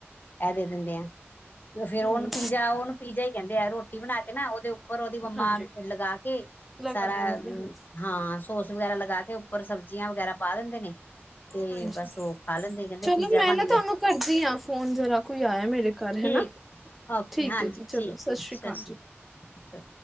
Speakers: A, on the left; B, in the centre.
A: ਇਹ ਦੇ ਦਿੰਦੇ ਹਾਂ ਫਿਰ ਉਹਨੂੰ
B: ਹੂੰ
A: ਪੀਜ਼ਾ ਉਹਨੂੰ ਪੀਜ਼ਾ ਹੀ ਕਹਿੰਦੇ ਆ ਰੋਟੀ ਬਣਾ ਕੇ ਨਾ ਉਹਦੇ ਉੱਪਰ ਉਹਦੀ ਮੰਮਾ
B: ਹਾਂਜੀ
A: ਲਗਾ ਕੇ
B: ਲਗਾ
A: ਸਾਰਾ
B: ਦਿੰਦੀ ਆ ਹਾਂਜੀ
A: ਹਾਂ ਸੋਸ ਵਗੈਰਾ ਲਗਾ ਕੇ ਉੱਪਰ ਸਬਜ਼ੀਆਂ ਵਗੈਰਾ ਪਾ ਦਿੰਦੇ ਨੇ ਤੇ
B: ਹਾਂਜੀ,
A: ਬਸ ਉਹ ਖਾ ਲੈਂਦੇ ਕਹਿੰਦੇ
B: ਚਲੋ
A: ਪੀਜ਼ਾ
B: ਮੈਂ
A: ਬਣ
B: ਨਾ
A: ਗਿਆ
B: ਤੁਹਾਨੂੰ ਕਰਦੀ ਆ ਫੋਨ। ਜਰਾ ਕੋਈ ਆਇਆ ਮੇਰੇ ਘਰ
A: ਠੀਕ
B: ਹੈ ਨਾ।
A: ਓਕੇ,
B: ਠੀਕ
A: ਹਾਂਜੀ। ਠੀਕ ਐ। ਸਤਿ
B: ਅਕਾਲ
A: ਸ਼੍ਰੀ
B: ਜੀ
A: ਅਕਾਲ।